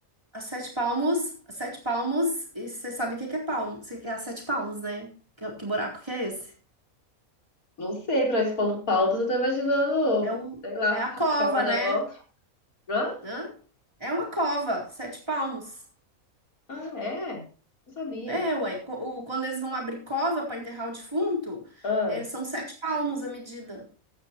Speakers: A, on the right; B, on the left.
A: a Sete Palmos, a Sete Palmos, e você sabe o que que é palmo? Você quer a Sete Palmos, né? Que, que buraco que é esse?
B: Não sei, pra expor palmas, eu tô imaginando,
A: É, um,
B: sei lá,
A: é a
B: <laughs>
A: cova,
B: a palma da
A: né?
B: mão. Hã?
A: Hã? É uma cova, sete palmos.
B: Ah, é? Não sabia.
A: É, ué. co- o- Quando eles vão abrir cova para enterrar o defunto,
B: Ah,
A: eh, são sete palmos a medida.